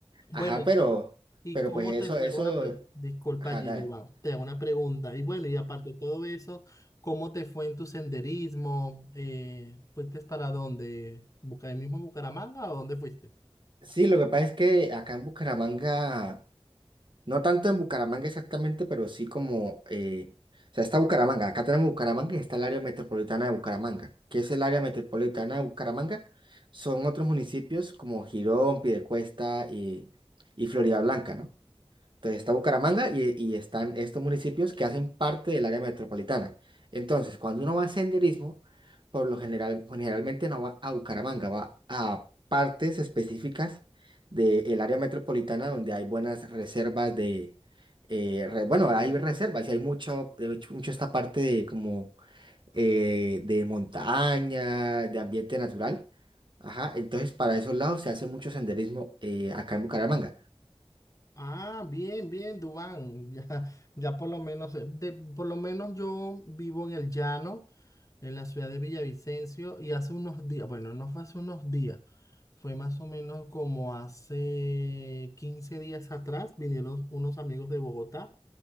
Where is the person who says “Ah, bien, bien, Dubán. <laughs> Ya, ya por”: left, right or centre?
Left